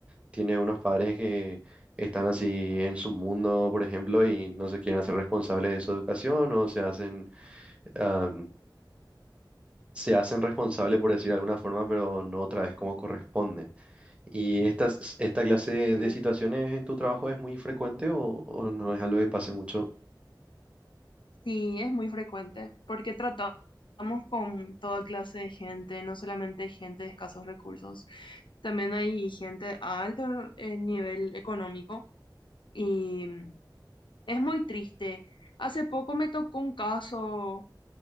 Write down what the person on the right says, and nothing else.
tiene unos padres que están así en su mundo, por ejemplo, y no se quieren hacer responsables de su educación o se hacen, am, se hacen responsables por decir de alguna forma, pero no otra vez como corresponde. ¿Y estas, esta clase de,
de situaciones en tu trabajo es muy frecuente o, o no es algo que pase mucho?